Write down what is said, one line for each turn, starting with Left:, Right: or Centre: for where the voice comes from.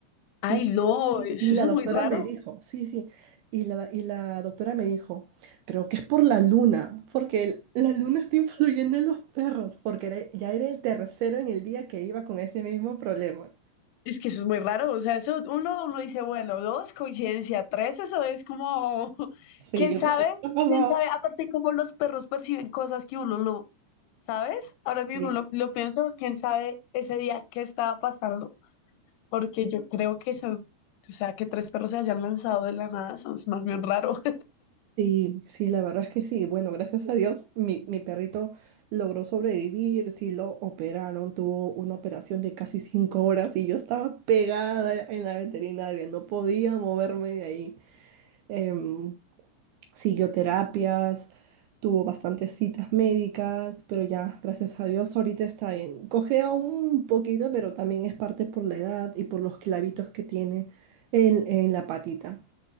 Left: Ay,
Right: Y,
Left: no,
Right: y-
Left: eso
Right: y la
Left: es muy
Right: doctora
Left: raro.
Right: me dijo, sí, sí, y la, y la doctora me dijo, creo que es por la luna, porque el- la luna está influyendo en los perros, porque era- ya era el tercero en el día que iba con ese mismo problema.
Left: Es que eso es muy raro. O sea, eso uno, uno dice, bueno, dos, coincidencia, tres, eso es como, <laughs>
Right: Sí,
Left: quién
Right: yo
Left: sabe,
Right: no sé qué te ha pasado.
Left: quién sabe, aparte cómo los perros perciben cosas que uno no, ¿sabes? Ahora mismo
Right: Sí,
Left: lo, lo pienso, quién sabe ese día qué estaba pasando, porque yo creo que son, o sea, que tres perros se hayan lanzado de la nada, son es más bien raro.
Right: sí, sí, la verdad es que sí. Bueno, gracias a Dios, mi, mi perrito logró sobrevivir, sí lo operaron, tuvo una operación de casi cinco horas y yo estaba pegada en la veterinaria, no podía moverme de ahí. Em, siguió terapias, tuvo bastantes citas médicas, pero ya, gracias a Dios, ahorita está bien. Cojea un poquito, pero también es parte por la edad y por los clavitos que tiene en en la patita.